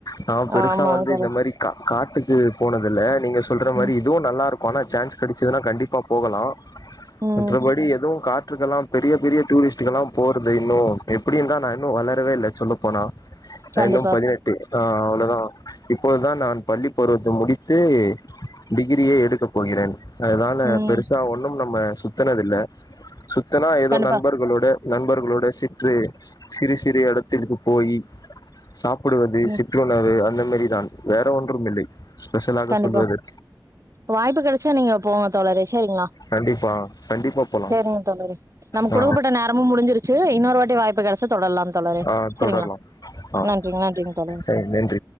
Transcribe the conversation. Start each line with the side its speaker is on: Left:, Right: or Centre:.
Left: நா பெருசா
Right: ஆமா
Left: வந்து
Right: தோழர்
Left: இந்த மாரி கா காட்டுக்கு போனதில்ல நீங்க சொல்ற
Right: ம்
Left: மாரி இதுவு நல்லாருக்கு ஆனா சான்ஸ் கிடச்சதுனா கண்டிப் ப்பா போகலா
Right: ம்
Left: மற்றபடி எதுவு காற்றுக்கெல்லா பெரிய பெரிய டூரிஸ்ட்டு்கல்லா போறது இன்னு எப்படின்னு தா நா இன்னு வளரவே இல்ல சொல்லப்போனா
Right: கண்டிப்பா
Left: ரன்னும் பதினெட்டு ஆ அவ்ளதா இப்போதுதா நா பள்ளி பருவத்தை முடித்து டிகிரியே எடுக்க போகிறே அதனால
Right: ம்
Left: பெருசா ஒன்னும் நம்ம சுத்தனதில்ல சுத்துனா ஏதோ
Right: கண்டிப்பா
Left: நண்பர்களோட நண்பர்களோட சிற்று சிறு சிறு இடத்துக்கு போயி சாப்பிடுவது
Right: ம்
Left: சிற்றுணவு அந்த மாரி தான் வேற ஒன்றும் இல்லை ஸ்பெஷலாக
Right: கண்டிப்பா
Left: சொல்லுவது
Right: வாய்ப்பு கெடைச்சா நீங்க போங்க தோழரே சேரிங்களா
Left: கண்டிப்பா கண்டிப்பா போலாம்
Right: சேரிங்க தோழரே நமக்கு
Left: ஆ
Right: குடுக்கப்பட்ட நேரமு முடிஞ்சிருச்சு இன்னொரு வாட்டி வாய்ப்பு கெடை சா தொடரலா தோழரே
Left: ஆ
Right: சரிங்களா
Left: தொடரலாம் ஆ
Right: நன்றிங்க நன்றிங்க தோழரே
Left: சரி நன்றி